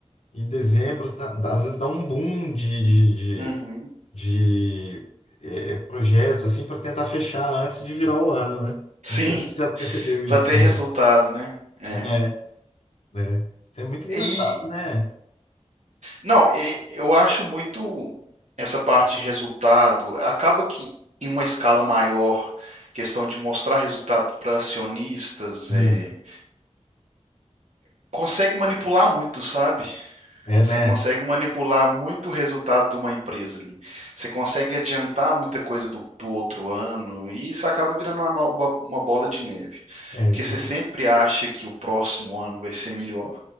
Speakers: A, on the left; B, on the right.
A: e dezembro, tá- dá- às vezes dá um boom de, de,
B: Uhum.
A: de, de, é, é, projetos assim para tentar fechar antes de virar o ano, né?
B: Sim,
A: Não sei se você já percebeu isso
B: para ter
A: também.
B: resultado, né? É.
A: É, é. Isso é muito engraçado,
B: E
A: né?
B: Não, e- eu acho muito essa parte de resultado. Acaba que em uma escala maior, questão de mostrar resultado para acionistas,
A: Sim.
B: é, consegue manipular muito, sabe?
A: É,
B: Você
A: né?
B: consegue manipular muito o resultado de uma empresa ali. Você consegue adiantar muita coisa do, do outro ano e isso acaba virando uma, no- uma uma bola de neve.
A: É
B: Porque
A: isso.
B: você sempre acha que o próximo ano vai ser melhor.